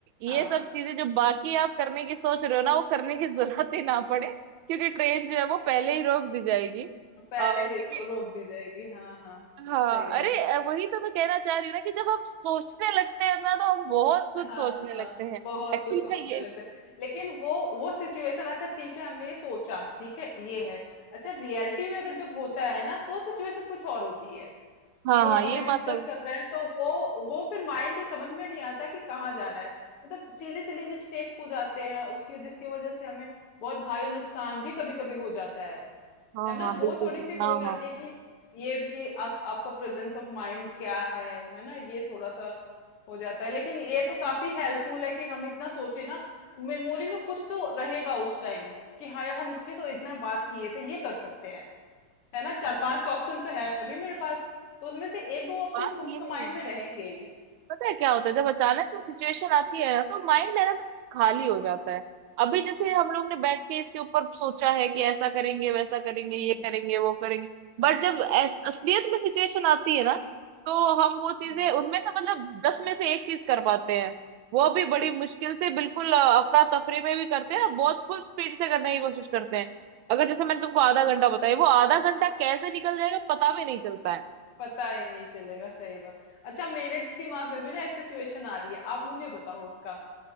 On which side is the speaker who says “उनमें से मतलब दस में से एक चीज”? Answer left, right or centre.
Right